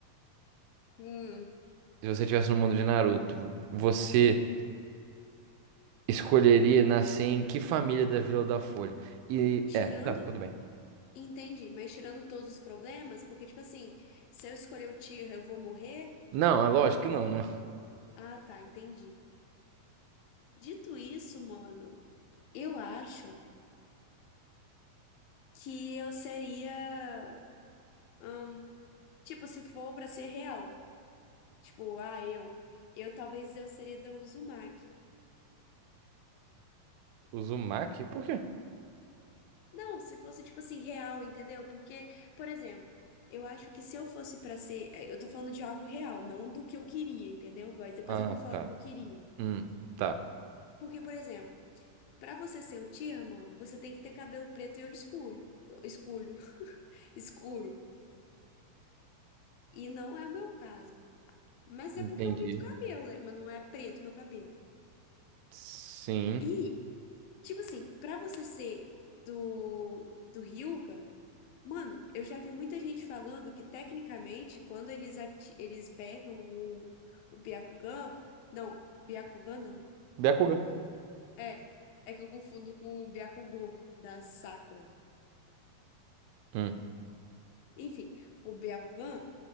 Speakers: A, on the left; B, on the right.
A: hum,
B: se você tivesse no mundo de Naruto, você
A: sim.
B: escolheria nascer em que família da Vila da Folha? E
A: Tirando,
B: é, tá, tudo bem.
A: entendi, mas tirando todos os problemas, porque, tipo assim, se eu escolher o tiro, eu vou morrer?
B: Não, é lógico que não, né?
A: Ah, tá, entendi. Dito isso, mano, eu acho que eu seria, hum, tipo, se for pra ser real. Tipo, ah, eu. Eu talvez eu seria da Uzumaki.
B: Uzumaki? Por quê?
A: Não, se fosse, tipo assim, real, entendeu? Porque, por exemplo, eu acho que se eu fosse pra ser. eh, Eu tô falando de algo real, não do que eu queria, entendeu? Mas depois
B: Ah,
A: eu vou falar
B: tá.
A: o que eu queria.
B: Hum, tá.
A: Porque, por exemplo, pra você ser o Tira mano, você tem que ter cabelo preto e olho escuro. Escuro. <laughs> Escuro. E não é o meu caso. Mas
B: Entendi.
A: é porque eu pinto cabelo, né? Mas não é preto meu cabelo.
B: Sim.
A: E, tipo assim, pra você ser do, do Hyuga. Mano, eu já vi muita gente falando que, tecnicamente, quando eles, ati- eles pegam o, o Byakugan. Não, Byakugan não.
B: Byakugan.
A: É, é que eu confundo com o Byakugou da Sakura.
B: Hum.
A: Enfim, o Byakugan,